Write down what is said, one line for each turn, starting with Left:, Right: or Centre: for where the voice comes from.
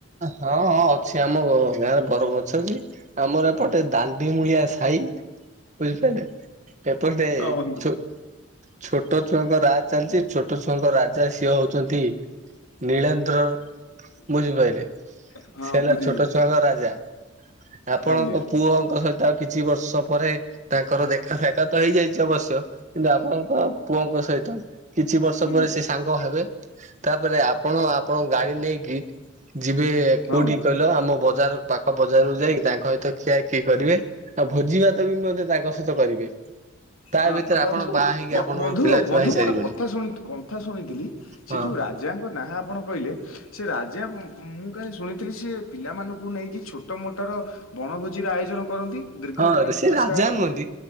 Right: ହଁ ହଁ। ସେ ଆମ ଗାଁର ବରଗଛ ଯେ ଆମର ଏପଟେ ଦାଣ୍ଡି ମୂଳିଆ ସାହି ବୁଝି ପାରିଲେ ଏପଟେ
Left: ହଁ ବନ୍ଧୁ।
Right: ଛୋ ଛୋଟ ଛୁଆଙ୍କ ରାଜ ଚାଲିଛି ଛୋଟ ଛୁଆଙ୍କ ରାଜା ସିଏ ହଉଛନ୍ତି ନୀଳେନ୍ଦ୍ର।
Left: <unintelligible>
Right: ବୁଝିପାରିଲେ ସେ
Left: ହଁ
Right: ହେଲା
Left: ବୁଝିଲି
Right: ଛୋଟ ଛୁଆଙ୍କ ରାଜା। ଆପଣଙ୍କ
Left: ଆଜ୍ଞା
Right: ପୁଅଙ୍କ ସହିତ ଆଉ କିଛି ବର୍ଷ ପରେ, ତାଙ୍କର ଦେଖା ସାକ୍ଷାତ ହେଇଯାଇଛି ଅବଶ୍ୟ। କିନ୍ତୁ ଆପଣଙ୍କ ପୁଅଙ୍କ ସହିତ। କିଛି ବର୍ଷ
Left: ହୁଁ
Right: ପରେ ସେ ସାଙ୍ଗ ହେବେ। ତାପରେ ଆପଣ ଆପଣଙ୍କ ଗାଡି ନେଇକି ଯିବେ
Left: ହଁ
Right: କୋଉଠି
Left: ହଁ
Right: କହିଲ, ଆମ ବଜାର ପାଖ ବଜାରକୁ ଯାଇକି ତାଙ୍କ ସହିତ ଖୀଆ ଖୀଇ କରିବେ। ଆଉ ଭୋଜି ଭାତ ବି ମଧ୍ୟ ତାଙ୍କ ସହିତ କରିବେ। ତା
Left: ହଁ
Right: ଭିତରେ
Left: ବନ୍ଧୁ
Right: ଆପଣ ବାହା ହେଇକି ଆପଣଙ୍କର
Left: ବନ୍ଧୁ
Right: ପିଲା ଛୁଆ
Left: ବନ୍ଧୁ
Right: ହେଇସାରିବଣି
Left: ମୁଁ ଗୋଟେ କଥା ଶୁଣି କନ୍ଥା ଶୁଣିଥିଲି। ସେ
Right: ହଁ।
Left: ଯୋଉ ରାଜାଙ୍କ ନାଁ ଆପଣ କହିଲେ ସେ ରାଜା ମୁଁ କାହିଁ ଶୁଣିଥିଲି ସେ ପିଲାମାନଙ୍କୁ ନେଇକି ଛୋଟ ମୋଟର ବଣଭୋଜିର ଆୟୋଜନ କରନ୍ତି। ଦୀର୍ଘ
Right: ହଁ
Left: କମ
Right: ସେ
Left: ପଇସାରେ
Right: ରାଜା ନୁହନ୍ତି।